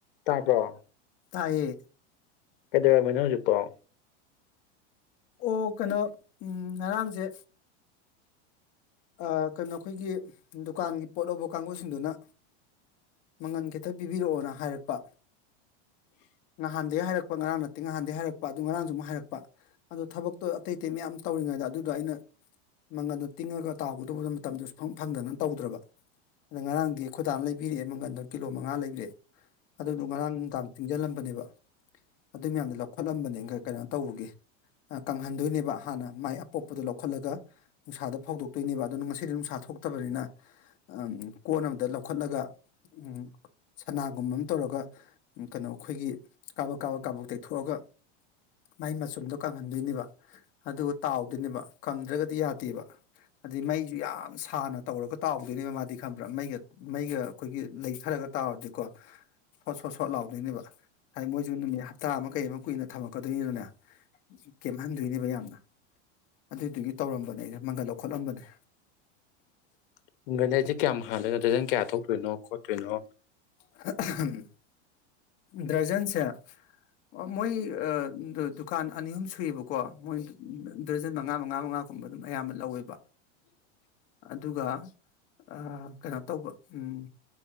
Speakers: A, on the left; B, on the left.
A: ꯇꯥꯕ꯭ꯔꯣ
B: ꯇꯥꯏꯌꯦ
A: ꯀꯩꯗꯧꯔꯝꯃꯤꯅꯣ ꯍꯧꯖꯤꯛꯇꯣ
B: ꯑꯣ ꯀꯥꯟꯅ ꯎꯝ ꯉꯔꯥꯡꯖꯦ ꯑꯥ ꯀꯅꯣ ꯑꯈꯣꯏꯒꯤ ꯗꯨꯀꯥꯟꯒꯤ ꯄꯣꯠ ꯂꯧꯕ ꯀꯥꯡꯒꯨꯁꯤꯡꯗꯨꯅ ꯃꯪꯒꯟ ꯈꯤꯇ ꯄꯤꯕꯤꯔꯛꯑꯣꯅ ꯍꯥꯏꯔꯛꯄ
A: <inaudible>
B: ꯉꯥꯍꯥꯟꯗꯩ ꯍꯥꯏꯔꯛꯄ ꯉꯔꯥꯡ ꯅꯠꯇꯦ ꯉꯥꯍꯥꯟꯗꯩ ꯍꯥꯏꯔꯛꯄ ꯑꯗꯨ ꯉꯔꯥꯡꯁꯨ ꯑꯃꯨꯛ ꯍꯥꯏꯔꯛꯄ ꯑꯗꯣ ꯊꯕꯛꯇꯣ ꯑꯇꯩ ꯑꯇꯩ ꯃꯌꯥꯝꯁꯨ ꯇꯧꯔꯤ ꯉ ꯑꯗꯨꯗꯣ ꯑꯩꯅ ꯃꯪꯒꯟꯗꯣ ꯇꯤꯡꯉꯒ ꯇꯥꯎꯒꯗꯣꯕ ꯃꯇꯝꯗꯣ ꯁꯨꯐꯪ ꯐꯪꯗꯅ ꯇꯧꯗ꯭ꯔꯕ ꯑꯗ ꯉꯔꯥꯡꯗꯤ ꯑꯈꯣꯏ ꯗꯥꯅ ꯂꯩꯕꯤꯔꯛꯑꯦ ꯃꯪꯒꯟꯗꯣ ꯀꯤꯂꯣ ꯃꯉꯥ ꯂꯩꯕꯤꯔꯛꯑꯦ ꯑꯗꯨꯗꯨ ꯉꯔꯥꯡ ꯅꯨꯡꯗꯥꯡ ꯇꯤꯡꯖꯜꯂꯝꯕꯅꯦꯕ ꯑꯗꯨꯏ ꯃꯌꯥꯝꯗꯣ ꯂꯧꯈꯠꯂꯝꯕꯅꯦ ꯒ ꯀꯅꯣ ꯇꯧꯔꯨꯒꯦ ꯑ ꯀꯪꯍꯟꯗꯣꯏꯅꯦꯕ ꯍꯥꯟꯅ ꯃꯥꯏ ꯑꯄꯣꯛꯄꯗꯣ ꯂꯧꯈꯠꯂꯒ ꯅꯨꯡꯁꯥꯗ ꯐꯧꯗꯣꯛ ꯇꯣꯏꯅꯦꯕ ꯑꯗꯨ ꯉꯁꯤꯗꯤ ꯅꯨꯡꯁꯥ ꯊꯣꯛꯇꯕꯅꯤꯅ ꯑꯝ ꯀꯣꯟ ꯑꯝꯇ ꯂꯧꯈꯠꯂꯒ ꯎꯝ ꯁꯅꯥꯒꯨꯝꯕꯝ ꯇꯧꯔꯒ ꯎꯝ ꯀꯅꯣ ꯑꯩꯈꯣꯏꯒꯤ ꯀꯥꯕꯛ ꯀꯥꯕꯛ ꯀꯥꯕꯛ ꯇꯩꯊꯣꯛꯑꯒ ꯃꯥꯏ ꯃꯆꯨꯝꯗꯣ ꯀꯪꯍꯟꯗꯣꯏꯅꯦꯕ ꯑꯗꯨꯒ ꯇꯥꯎꯗꯣꯏꯅꯦꯕ ꯀꯪꯗ꯭ꯔꯒꯗꯤ ꯌꯥꯗꯦꯕ ꯑꯗꯩ ꯃꯩꯖꯨ ꯌꯥꯝ ꯁꯥꯅ ꯇꯧꯔꯒ ꯇꯥꯎꯗꯣꯏꯅꯦꯕ ꯃꯥꯗꯤ ꯈꯪꯕ꯭ꯔ ꯃꯩꯒ ꯃꯩꯒ ꯑꯈꯣꯏꯒꯤ ꯂꯩꯊ ꯔꯒ ꯇꯥꯎꯔꯗꯤꯀꯣ ꯁꯣꯠ ꯁꯣꯠ ꯁꯣꯠ ꯂꯥꯎꯗꯣꯏꯅꯦꯕ <unintelligible> ꯃꯣꯏꯖꯨ ꯅꯨꯃꯤꯠ ꯍꯞꯇꯥ ꯑꯃ ꯀꯩ ꯑꯃ ꯀꯨꯏꯅ ꯊꯝꯃꯛꯀꯗꯣꯏꯅꯤꯅꯅꯦ ꯀꯦꯝꯍꯟꯗꯣꯏꯅꯦꯕ ꯌꯥꯝꯅ ꯑꯗꯨꯏꯗꯨꯒꯤ ꯇꯧꯔꯝꯕꯅꯦ ꯑꯩꯅ ꯃꯪꯒꯟ ꯂꯧ ꯈꯠꯂꯝꯕꯅꯦ
A: <unintelligible> ꯀꯌꯥꯝ ꯍꯥꯟꯗꯣꯏꯅꯣ ꯗꯔꯖꯟ ꯀꯌꯥ ꯊꯣꯛꯇꯣꯏꯅꯣ ꯈꯣꯠꯇꯣꯏꯅꯣ
B: <unintelligible> ꯗ꯭ꯔꯖꯟꯁꯦ ꯑꯣ ꯃꯣꯏ ꯑ ꯗꯨꯀꯥꯟ ꯑꯅꯤ ꯑꯍꯨꯝ ꯁꯨꯏꯕꯀꯣ ꯃꯣꯏ ꯗꯔꯖꯟ ꯃꯉꯥ ꯃꯉꯥ ꯃꯉꯥ <unintelligible> ꯑꯗꯨꯝ ꯑꯌꯥꯝꯕ ꯂꯧꯋꯦꯕ
A: <inaudible>
B: ꯑꯗꯨꯒ ꯑꯥ ꯀꯩꯅꯣ ꯇꯧꯕ ꯎꯝ